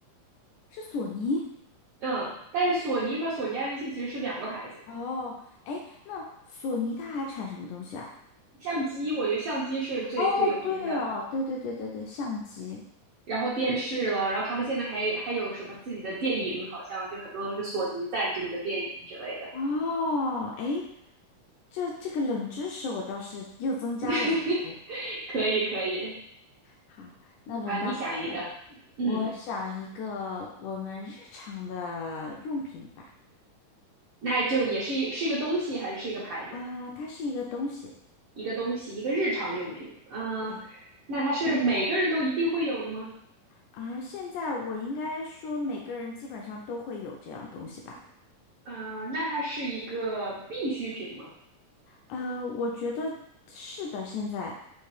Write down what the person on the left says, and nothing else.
是索尼。
哦，哎，那索尼它还产什么东西啊？
哦，对哦，对对对对对，相机。
哦，哎，这这个冷知识我倒是又增加了一些。
好，那轮到我了，
我想一个我们日常的用品吧。
啊，它是一个东西。
对。
啊，现在我应该说每个人基本上都会有这样东西吧？
呃，我觉得是的，现在